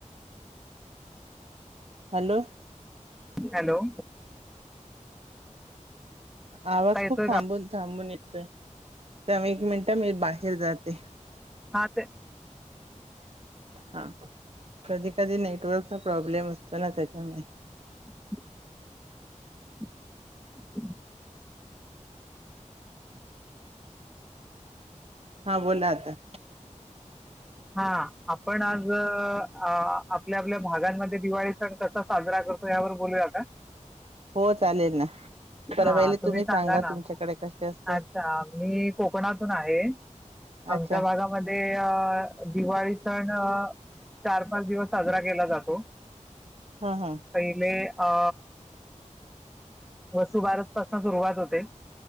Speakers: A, on the right; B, in the centre.
A: Hello?
B: Hello?
A: आवाज
B: आता येतोय
A: खूप, थांबून
B: का
A: थांबून येतोय. थांब एक मिनिटं, मी बाहेर जाते.
B: हा ते
A: हा, कधी कधी नेटवर्कचा प्रॉब्लेम असतो ना, त्याच्यामुळे
B: <inaudible>
A: हा, बोला आता.
B: हा, आपण आज आपल्या आपल्या भागांमध्ये दिवाळी सण कसा साजरा करतात, यावर बोलूया का?
A: हो, चालेल ना. पर
B: हा,
A: पहिले
B: तुम्ही सांगा ना.
A: तुमच्याकडे कशी असते
B: अच्छा! मी कोकणातून आहे. आमच्या
A: अच्छा
B: भागामध्ये अ दिवाळी सण, चार पाच दिवस साजरा केला जातो.
A: हा हा.
B: पहिले अ, वसुबारत पाासून सुरुवात होते.